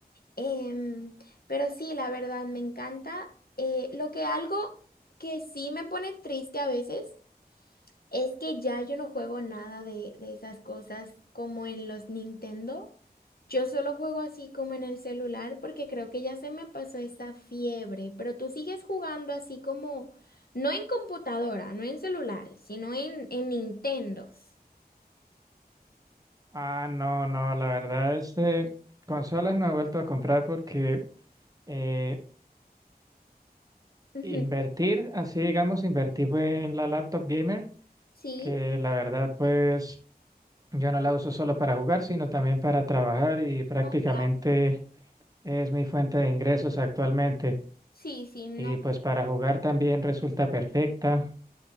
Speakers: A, on the left (about 65°); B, on the right (about 20°).
A: Em, pero sí, la verdad, me encanta. Eh, lo que algo que sí me pone triste a veces es que ya yo no juego nada de, de esas cosas como en los Nintendo. Yo solo juego así como en el celular porque creo que ya se me pasó esa fiebre, pero tú sigues jugando así como, no en computadora, no en celulares, sino en, en Nintendos.
B: Ah, no, no, la verdad, este, consolas no he vuelto a comprar porque eh,
A: Ujú.
B: invertir, así digamos, invertir fue en la laptop gamer,
A: Sí,
B: que la verdad, pues yo no la uso solo para jugar, sino también para trabajar y prácticamente
A: No, claro.
B: es mi fuente de ingresos actualmente.
A: Sí, sí, no.
B: y pues para jugar también resulta perfecta.